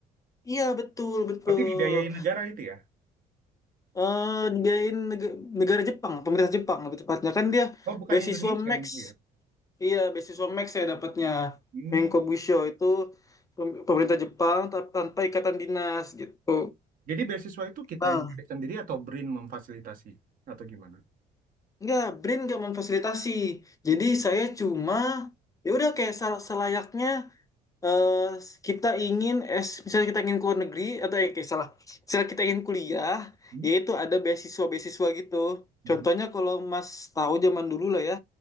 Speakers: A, on the left; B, on the right.
A: Iya, betul, betul.
B: Berarti dibiayain negara itu ya?
A: Eh dibiayain neg- negara Jepang, pemerintah Jepang lebih tepatnya kan dia
B: Oh, bukan
A: beasiswa
B: Indonesia
A: Max.
B: itu ya?
A: Iya, beasiswa Max saya dapatnya.
B: Hmm.
A: Menko Bushido itu pem- pemerintah Jepang ta- tanpa ikatan dinas gitu.
B: Jadi beasiswa itu kita
A: Nah,
B: yang cari sendiri atau BRIN memfasilitasi atau gimana?
A: Enggak, BRIN nggak memfasilitasi. Jadi saya cuma ya udah kayak sel- selayaknya eh, kita ingin es misalnya kita ingin ke negeri atau eh, kayak salah. Misalnya kita ingin kuliah,
B: Hmm?
A: yaitu ada beasiswa-beasiswa gitu.
B: Hmm.
A: Contohnya kalau Mas tahu zaman dulu lah ya,